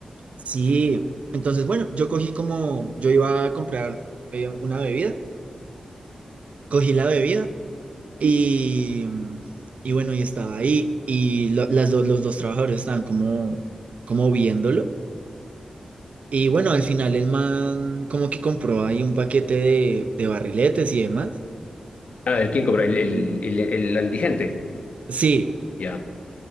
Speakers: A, on the right (about 70°); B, on the left (about 75°).
A: Sí, entonces bueno, yo cogí como, yo iba a comprar eh, una bebida, cogí la bebida y, y bueno, y estaba ahí y lo- las do- los dos trabajadores estaban como, como viéndolo y bueno, al final el man como que compró ahí un paquete de, de barriletes y demás.
B: A ver, ¿quién cobra? El, el,
A: Y-
B: el, el indigente.
A: Sí,
B: Ya.